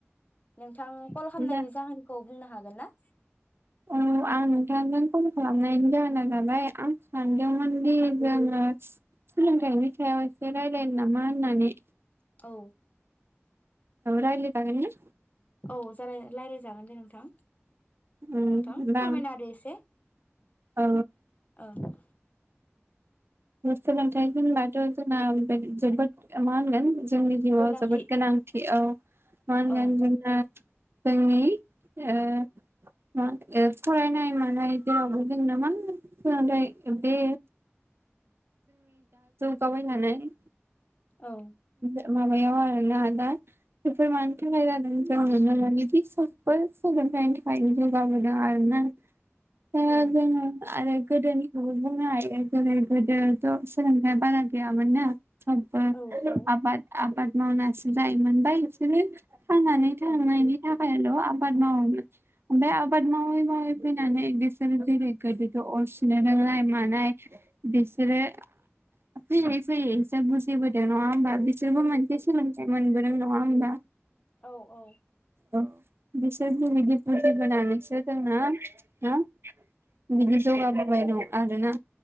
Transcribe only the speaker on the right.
जा
औ आं नोंथांजों कल खालामनायनि जाहोना जाबाय आं सानदोंमोन दि जोङो सोलोंथाइनि सायाव एसे रायलायनो नामा होननानै।
ओ रायलायजागोनने?
ओम
होमबा
आं
औ।
सोलोंथाइ होनबाथ' जोंना जोबोद मा होनगोन। जोंनि जिउआव
जोबोद गोनांथि औ मा होनगोन।
जोंनि ओ फरायनाय मानाय जेरावबो जोंनो मा सोलोंथाइ बे। खाबाय नानाय।
माबायाव आरोना दा बेफोर मानि थाखाय जादों जों नुनो बिदि गासैबो सोलोंथायनि थाखायनो जौगाबोदों आरोना? दा
जोङो आरो। गोदोनिखौबो बुंनो हायो जेरै गोदोथ' सोलोंथाइ बारा गैयामोन ना। आबाद
आबाद। मावनासो जाय मोनबाय बिसोरो थांनानै थांनायनि
थाखाय। खायल' आबाद मावोमोन ओमफ्राय आबाद मावै मावै फैनानै बिसोरो गोदो गोदोथ' अरसुनो रोंनाय मानाय बिसोरो फैयै फैयै एसे बुजिबो नङा होमबा बिसोरबो मोनसे सोलोंथाइ मोनबोदों नङा होमबा।
बिसोर बिदि बुजि होनानैसो जोङो हो। बिदि जौगाबोबाय दं आरोना।